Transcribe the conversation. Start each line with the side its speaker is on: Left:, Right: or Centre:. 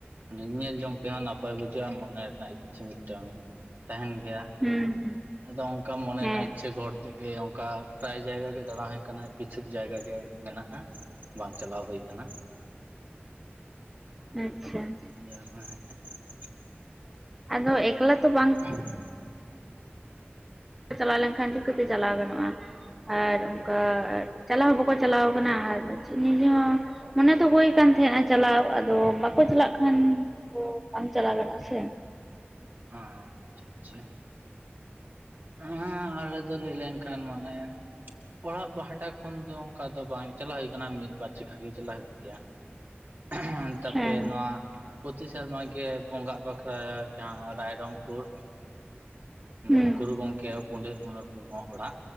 Right: ᱢᱟᱱᱮ ᱧᱮᱞ ᱡᱚᱝ ᱛᱮᱦᱚᱸ ᱱᱟᱯᱟᱭ ᱵᱩᱡᱷᱟᱹᱜ-ᱟ ᱢᱚᱱᱮ ᱨᱮᱱᱟᱜ ᱤᱪᱪᱷᱟᱹ ᱢᱤᱫ ᱴᱟᱝ ᱛᱟᱦᱮᱱ ᱜᱮᱭᱟ᱾
Centre: ᱦᱩᱸ ᱦᱩᱸ
Right: ᱟᱫᱚ ᱚᱱᱠᱟ ᱢᱚᱱᱮ
Centre: ᱦᱮᱸ
Right: ᱨᱮᱱᱟᱜ ᱤᱪᱷᱟᱹ ᱜᱚᱨ ᱛᱮᱜᱮ ᱚᱱᱠᱟ ᱯᱨᱟᱭ ᱡᱟᱭᱜᱟ ᱜᱮ ᱫᱟᱬᱟ᱾ ᱠᱟᱱᱟ ᱠᱤᱪᱷᱩ ᱡᱟᱭᱜᱟ ᱜᱮ ᱢᱮᱱᱟᱜ-ᱟ ᱵᱟᱝ ᱪᱟᱞᱟᱣ ᱦᱩᱭ ᱟᱠᱟᱱᱟ᱾
Centre: ᱟᱪᱪᱷᱟ ᱟᱪᱪᱷᱟ
Right: ᱡᱟᱭᱦᱳᱠ <inaudible>
Centre: ᱟᱫᱚ ᱮᱠᱞᱟ ᱛᱚ ᱵᱟᱝ᱾
Right: <unintelligible>
Centre: ᱪᱟᱞᱟᱣ ᱞᱮᱱᱠᱷᱟᱱ ᱪᱤᱠᱟᱹ ᱛᱮ ᱪᱟᱞᱟᱣ ᱜᱟᱱᱚᱜ-ᱟ ᱟᱨ ᱚᱱᱠᱟ᱾ ᱪᱟᱞᱟᱣ ᱦᱚᱸ ᱵᱟᱠᱚ ᱪᱟᱞᱟᱣ ᱠᱟᱱᱟ ᱟᱨ ᱪᱮᱫ ᱱᱤᱡᱮ ᱦᱚᱸ᱾ ᱢᱚᱱᱮ ᱫᱚ ᱦᱩᱭ ᱠᱟᱱ ᱛᱟᱦᱮᱸᱜ-ᱟ ᱪᱟᱞᱟᱣ ᱟᱫᱚ ᱵᱟᱠᱚ ᱪᱟᱞᱟᱜ ᱠᱷᱟᱱ᱾ ᱚᱸ ᱵᱟᱝ ᱪᱟᱞᱟᱣ ᱜᱟᱱᱚᱜ-ᱟ ᱥᱮ᱾
Right: ᱚᱸ ᱟᱪᱪᱷᱟ ᱟᱪᱪᱷᱟ᱾ ᱦᱮ ᱟᱞᱮ ᱫᱚ ᱞᱟᱹᱭ ᱞᱮᱱᱠᱷᱟᱱ ᱢᱟᱱᱮ᱾ ᱚᱲᱟᱜ ᱯᱟᱦᱴᱟ ᱠᱷᱚᱱ ᱫᱚ ᱚᱱᱠᱟ ᱫᱚ ᱵᱟᱝ ᱪᱟᱞᱟᱣ ᱦᱩᱭ ᱟᱠᱟᱱᱟ ᱢᱤᱫᱵᱟᱨ ᱪᱟᱠᱷᱟ ᱜᱮ ᱪᱟᱞᱟᱣ ᱦᱩᱭᱩᱜ ᱜᱮᱭᱟ᱾ <unintelligible> ᱛᱟᱯᱚᱨᱮ
Centre: ᱦᱮᱸ
Right: ᱱᱚᱣᱟ ᱯᱚᱛᱤ ᱥᱮᱨᱢᱟ ᱜᱮ ᱵᱚᱸᱜᱟᱜ ᱵᱟᱠᱷᱲᱟᱭᱟ ᱡᱟᱦᱟᱸ ᱨᱟᱭᱨᱚᱝᱯᱩᱨ᱾
Centre: ᱦᱩᱸ
Right: ᱩᱸ ᱜᱩᱨᱩ ᱜᱚᱝᱠᱮ ᱯᱚᱱᱰᱤᱛ ᱨᱟᱹᱜᱷᱩᱱᱟᱛᱷ ᱢᱩᱨᱢᱩᱣᱟᱜ ᱚᱲᱟᱜ᱾